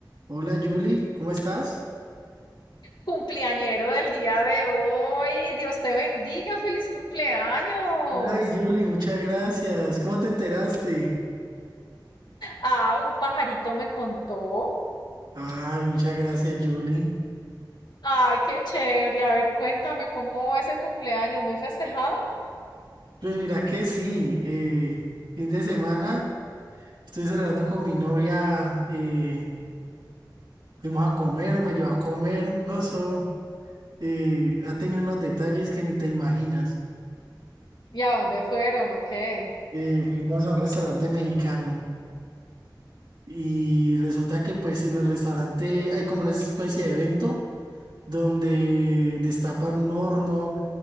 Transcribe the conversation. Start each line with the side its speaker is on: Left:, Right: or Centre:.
Right: Hola Julie, ¿cómo estás?
Left: Cumpleañero del día de hoy, Dios te bendiga, feliz cumpleaños.
Right: Ay Julie, muchas gracias. ¿Cómo te enteraste?
Left: Ah, un pajarito me contó.
Right: Ay, muchas gracias Julie.
Left: Ay, qué chévere. A ver, cuéntame cómo va ese cumpleaños, muy festejado.
Right: Pues mira que sí, eh, fin de semana estoy celebrando con mi novia, eh, fuimos a comer, me llevó a comer, no sé, eh, ha tenido unos detalles que ni te imaginas.
Left: ¿Y a dónde fueron? ¿O qué?
Right: Eh, fuimos a un restaurante mexicano y resulta que pues en el restaurante hay como una especie de evento donde destapan un horno